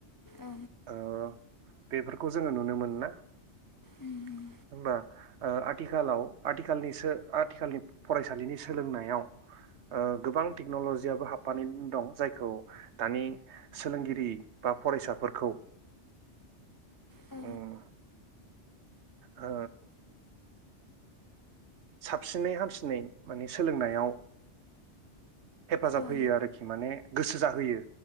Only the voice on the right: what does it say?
ओ बेफोरखौ जोङो नुनो मोनो ना होमबा
ओ आथिखालाव आथिखालनि सो आथिखालनि फरायसालिनि सोलोंनायाव ओ गोबां टेक्नलजियाबो हाबफानानै दं जायखौ दानि सोलोंगिरि बा फरायसाफोरखौ
उम ओ साबसिनै हामसिनै माने सोलोंनायाव हेफाजाब
होयो आरोखि माने गोसो जाहोयो